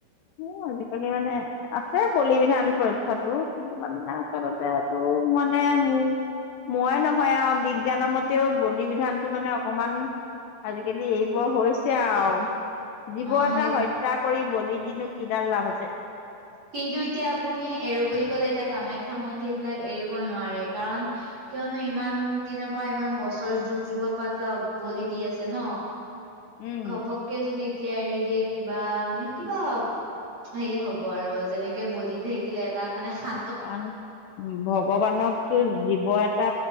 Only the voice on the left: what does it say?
ও, আজিকালি মানে আছে বলি বিধান পৰীক্ষাটো কিন্তু মানে না আচলতে এটো মানে মো মই নহয় আৱ। বিজ্ঞানৰ মতেও বলি বিধানটো মানে অকমান আজিকালি এৰিব হৈছে আৱ। জীৱ
এটা
হত্যা কৰি বলি দিনো কিডাল লাভ আছে।
উম
আন ভক ভগৱানকতো জীৱ এটা